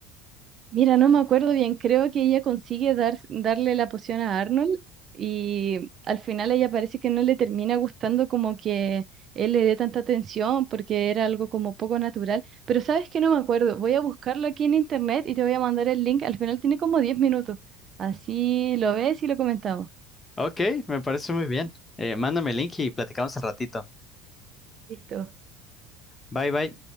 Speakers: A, on the right (about 40°); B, on the left (about 20°).
A: Mira, no me acuerdo bien, creo que ella consigue dar, darle la poción a Arnold y al final ella parece que no le termina gustando como que él le dé tanta atención porque era algo como poco natural, pero sabes que no me acuerdo, voy a buscarlo aquí en internet y te voy a mandar el link, al final tiene como 10 minutos, así lo ves y lo comentamos.
B: Ok, me parece muy bien. Eh, mándame el link y platicamos al ratito.
A: Listo.
B: Bye bye.